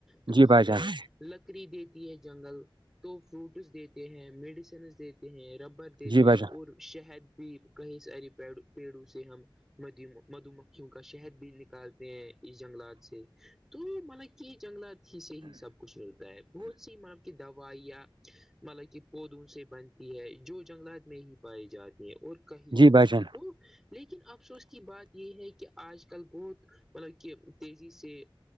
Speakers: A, in the centre; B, on the right.
A: تو
B: جی
A: ہمیں
B: بھائی جان
A: لکڑی دیتی ہے جنگل تو فروٹس دیتے ہیں میڈیسنس دیتے ہیں ربر دیتے
B: جی بھائی
A: ہیں
B: جان
A: اور شہد بھی کہیں ساری پیڑوں سے ہم م مدو م کیونکہ شہد بھی نکالتے ہیں اس جنگلات سے تو مانا کہ جنگلات ہی سے ہی سب کچھ ملتا ہے بہت سی ماں آپ کی دعوت مطلب کہ پودوں سے بنتی ہے جو جنگلات میں ہی پائے جاتی ہیں اور کہیں
B: جی
A: بھی نہیں
B: بھائی جان
A: تو لیکن افسوس کی بات یہ ہے کہ آج کل بہت مطلب کہ تیزی سے